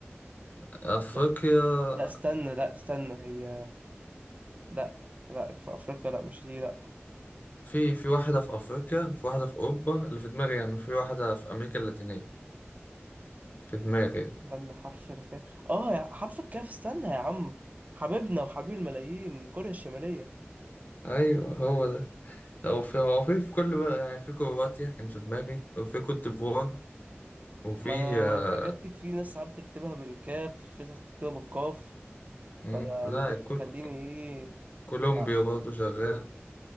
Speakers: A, on the left; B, on the right.
A: أفريقيا
B: لا, لا استنى لا استنى هي لا لا في أفريقيا لا مش دي لا
A: في في واحدة في أفريقيا في واحدة في أوروبا اللي في دماغي يعني في واحدة في أمريكا اللاتينية في دماغي
B: استنى حرف الكاف آه يا- حرف الكاف استنى يا عم حبيبنا وحبيب الملايين كوريا الشمالية
A: أيوه هو ده هو في هو في في كل بقى يعني في كرواتيا كان في دماغي وفي كوت ديفوار وفي
B: ما أنا ما
A: آه،
B: أنا الحاجات دي في ناس ساعات بتكتبها بالكاف في ناس بتكتبها بالقاف
A: مم،
B: فأنا
A: لا
B: يعني قلت
A: كوت
B: خليني إيه
A: كولومبيا
B: معلش
A: برضه شغال